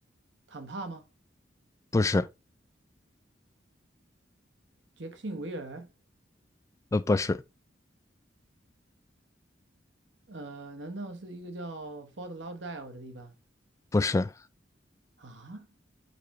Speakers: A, on the right; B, on the left.
A: 坦帕吗？
B: 不是，
A: 杰克逊维尔，
B: 呃，不是，
A: 呃，难道是一个叫 Fort Lauderdale 的地方
B: 不是，
A: 啊？